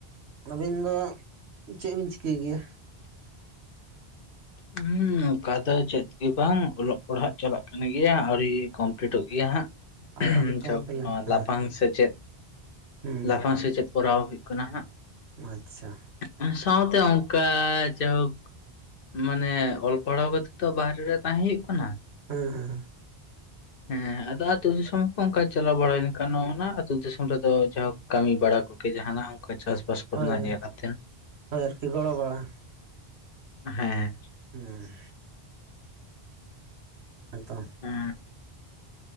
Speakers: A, on the right (about 80°); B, on the left (about 60°).
A: ᱟᱹᱵᱤᱱ ᱫᱚ ᱪᱮᱫ ᱵᱤᱱ ᱪᱤᱠᱟᱹᱭ ᱜᱮᱭᱟ
B: ᱦᱩᱸ ᱚᱱᱠᱟ ᱫᱚ ᱪᱮᱫ ᱜᱮ ᱵᱟᱝ ᱚᱞᱚᱜ ᱯᱟᱲᱦᱟᱜ ᱪᱟᱞᱟᱜ ᱠᱟᱱ ᱜᱮᱭᱟ ᱟᱹᱣᱨᱤ ᱠᱚᱢᱯᱞᱤᱴᱚᱜ ᱜᱮᱭᱟ ᱦᱟᱸᱜ
A: ᱟᱹᱣᱨᱤ ᱠᱚᱢᱯᱞᱮᱱ
B: ᱡᱚᱠ ᱱᱚ
A: ᱦᱮᱸ
B: ᱞᱟᱯᱷᱟᱝ ᱥᱮᱪᱮᱫ
A: ᱦᱩᱸ
B: ᱞᱟᱯᱷᱟᱝ ᱥᱮᱪᱮᱫ ᱠᱚᱨᱟᱣ ᱦᱩᱭᱩᱜ ᱠᱟᱱᱟ
A: ᱦᱩᱸ ᱟᱪᱪᱷᱟ
B: ᱦᱟᱸᱜ ᱥᱟᱶᱛᱮ ᱚᱱᱠᱟ ᱡᱟᱭᱦᱳᱠ ᱢᱟᱱᱮ ᱚᱞᱯᱚ ᱯᱚᱲᱚᱣ ᱜᱚᱛᱮ ᱵᱟᱨᱦᱨᱮ ᱨᱮ ᱛᱟᱦᱮᱸᱳ ᱠᱟᱱᱟ
A: ᱦᱮᱸ ᱦᱮᱸ ᱦᱮᱸ
B: ᱦᱮᱸ ᱟᱫᱚ ᱟ ᱟᱹᱛᱩ ᱫᱤᱥᱚᱢ ᱦᱚᱸ ᱚᱱᱠᱟ ᱪᱟᱞᱟᱣ ᱵᱟᱲᱮᱱ ᱠᱟᱱᱟᱟᱱ ᱚᱱᱟ ᱟᱹᱛᱩ ᱫᱤᱥᱚᱢ ᱨᱮᱫᱚ ᱡᱟᱦᱚᱠ ᱠᱟᱹᱢᱤ ᱵᱟᱲᱟ ᱠᱚᱜᱮ ᱡᱟᱦᱟᱱᱟᱜ ᱚᱱᱠᱟ ᱪᱟᱥᱼᱵᱟᱥ ᱠᱚᱨᱮᱱᱟᱜ
A: ᱦᱳᱭ
B: ᱧᱮᱞ ᱠᱟᱛᱮᱱ
A: ᱦᱳᱭ ᱟᱨᱠᱤ ᱜᱚᱲᱚ ᱵᱟᱲᱟ
B: ᱦᱮᱸ
A: ᱦᱩᱸ ᱮᱫᱚᱢ
B: <unintelligible>